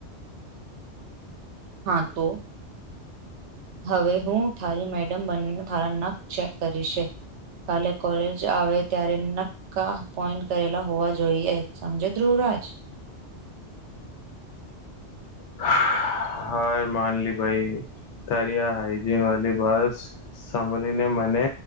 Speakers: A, on the right; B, on the left.
A: હા તો. હવે હું થારી મેડમ બનીને થારા નખ ચેક કરીશ. કાલે કોલેજ આવે ત્યારે નક્કા પોઈન્ટ કરેલા હોવા જોઈએ સમજે ધુવ રાજ.
B: <unintelligible> હા માનલી ભાઈ. તારી આ હાઈજીન વાળલી બસ સાભળીને મને